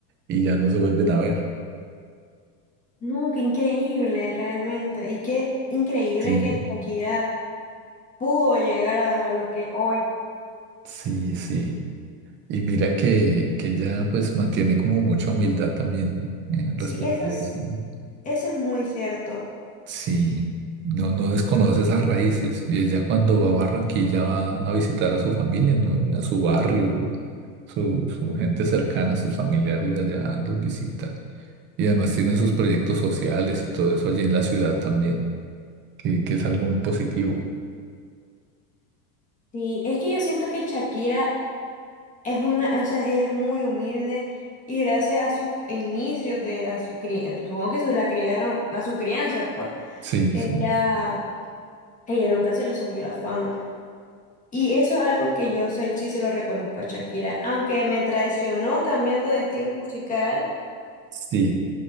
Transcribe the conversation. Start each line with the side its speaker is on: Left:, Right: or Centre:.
Right: y ya no se vuelven a ver.
Left: No, qué increíble realmente. Y qué increíble
Right: Sí,
Left: que Shakira pudo llegar a lo que hoy.
Right: sí, sí. Y mira que, que ella pues mantiene como mucha humildad también eh,
Left: Sí,
Right: respecto
Left: eso
Right: a
Left: es,
Right: eso, ¿no?
Left: eso es muy cierto.
Right: Sí, no, no desconoce esas raíces. Y ella cuando va a Barranquilla va a visitar a su familia, ¿no? A su barrio, su, su gente cercana, sus familiares de allá los visita. Y además tiene sus proyectos sociales y todo eso allí en la ciudad también, que, que es algo muy positivo.
Left: Sí, es que yo siento que Shakira es una, o sea, ella es muy humilde y gracias a sus inicios de, a su crianza, supongo que su la criaron, a su crianza, pues,
Right: Sí,
Left: ella,
Right: sí,
Left: ella nunca se le subió la fama. Y eso es algo que yo se- sí se lo reconozco a Shakira, aunque me traicionó cambiando de estilo musical.
Right: sí,